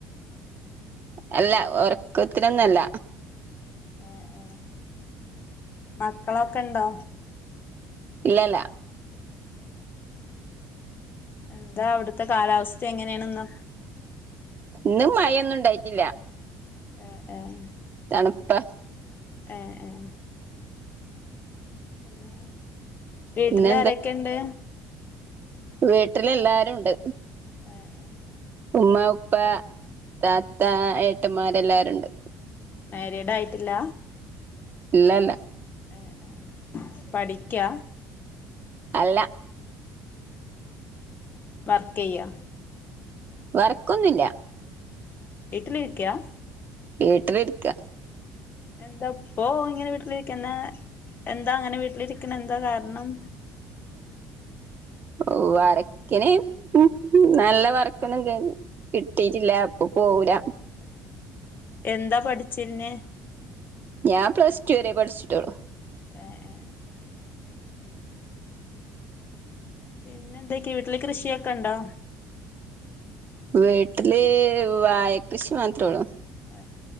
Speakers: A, on the right; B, on the left.
A: അല്ല ഒറക്കത്തിലൊന്നല്ല
B: ഏഹ് മക്കളൊക്കെ ഇണ്ടോ
A: ഇല്ലല്ല
B: എന്താ അവിട്ത്തെ കാലാവസ്ഥ എങ്ങനെയണെന്ന്
A: ഇന്ന് മഴൊന്നും ഇണ്ടായിട്ടില്ല
B: എഹ് ഏഹ്
A: അപ്പ
B: ഏ ഏ പിന്നെ വീട്ടില്
A: പിന്നെ
B: ആരൊക്കെ ഇണ്ട്
A: വീട്ടില എല്ലാരും ഉണ്ട്
B: ആ ആ
A: ഉമ്മ ഉപ്പ താത്ത ഏട്ടന്മാരെല്ലാരുണ്ട്
B: മാരീഡ് ആയിട്ടില്ല
A: ഇല്ല ഇല്ല
B: ഏ ഏ പഠിക്കാ
A: അല്ല
B: വർക്ക് ചെയ്യ
A: വറക്കൊന്നുമില്ല
B: വീട്ടിലിരിക്കാ
A: വീട്ടിലരിക്ക
B: എന്താ ഇപ്പ ഇങ്ങനെ വീട്ടിലിരിക്കുന്ന എന്താ അങ്ങനെ വീട്ടിലിരിക്കണ എന്താ കാരണം
A: ഓ വരക്കിനെ നല്ല വറക്കൊന്നും കിട്ടിട്ടില്ല അപ്പൊ പോകല
B: എന്താ പഠിച്ചന്ന
A: ഞാൻ പ്ലസ് ടു വരെ പഠിച്ചിട്ടോളൂ
B: ഏ ഏ പിന്നെ എന്തക്ക വീട്ടില് കൃഷിയൊക്കെ ഇണ്ടോ
A: വീട്ടില് വായ കൃഷി മാത്രേ ഉള്ളൂ
B: ആ